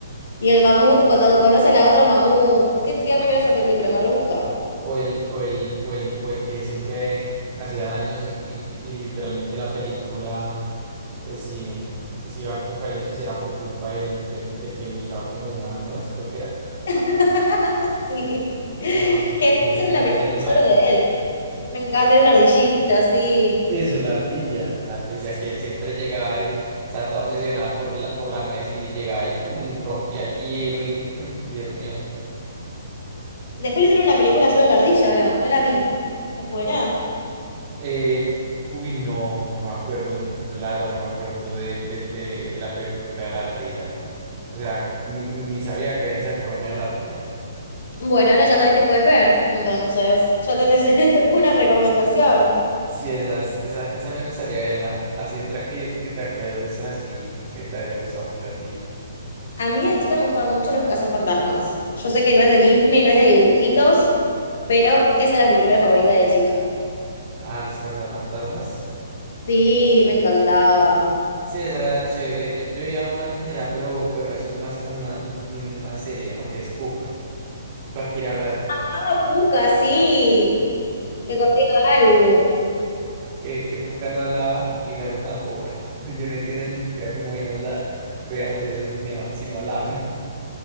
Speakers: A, on the left (about 50°); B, on the right (about 35°).
A: Y el mamut, cuando conoce a la otra mamut. Qué tierna que era esa película, me re gustaba.
B: o el, o el, o el, o el que siempre hacía daños y, y- y literalmente la película, pues si, si iba a Apocalipsis era por culpa del, del, del que buscaba como una nuez, creo que era,
A: <laughs> Sí. Que
B: que no me ac-
A: después
B: ¿cómo
A: hicieron
B: se le
A: una
B: dice
A: película
B: a ese animal?
A: solo de él. Me encanta, era una ardillita, sí.
B: Eso, la ardilla. La ardilla que siempre llegaba y estaba toda obsesionada por la, por la nuez y llegaba y pum, rompía el hielo y, mm, Dios mío.
A: Después le hicieron una película solo a la ardilla, ¿o no? No la vi. ¿Es buena?
B: Eh, uy, no, no me acuerdo, yo la verdad no me acuerdo de, del- de- de la película de la ardilla. O sea, ni, ni sabía que habían sacado una de la ardilla.
A: Bueno, ahora ya sabes que puedes ver. Entonces, ya tenés <laughs> una recomendación.
B: Sí, esa, esa, esa me gustaría verla. Así otra que, que te acuerdes así, que te haya gustado mucho a ti.
A: A mí de chica me gustaban mucho los cazafantasmas. Yo sé que no es de Disney, no es de dibujitos, pero esa era mi primera favorita de chica.
B: A los cazafantasmas.
A: Sí, me encantaba.
B: Sí, esa era chévere. Yo, yo vi a una que era, pero bueno, eso es más como una, un- una serie, ¿no? Que es Puka. Puka Kiragaru.
A: Amaba Puka, sí. Que corría Garu.
B: que, que Puka no hablaba y Garu tampoco. <laughs> Yo no entiendo ni siquiera cómo veíamos, la, veíamos eso si no, si no hablaban. <laughs>